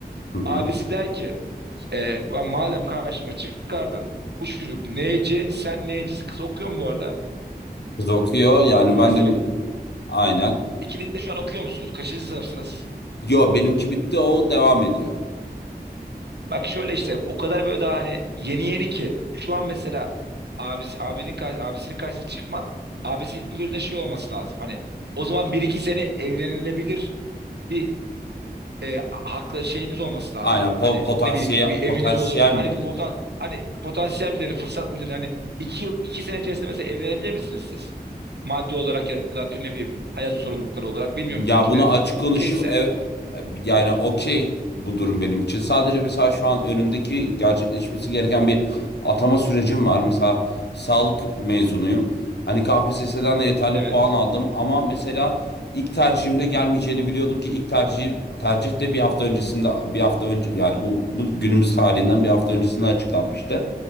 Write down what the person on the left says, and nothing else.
Hı hı.
Kız okuyor yani
ben de
Aynen.
Yo benimki bitti o devam ediyor.
Aynen
po-
potansiyel
potansiyel
mi
denir?
Ya
bunu
açık konuşayım.
E, e, yani okey bu durum benim için. Sadece mesela şu an önümdeki gerçekleşmesi gereken bir atama sürecim var. Mesela sağlık mezunuyum. Hani KPSS'den de yeterli
puan aldım ama mesela ilk tercihimde gelmeyeceğini biliyordum ki ilk tercih tercih de bir hafta öncesinde bir hafta önce yani bu bu günümüz tarihinden bir hafta öncesinde açıklanmıştı.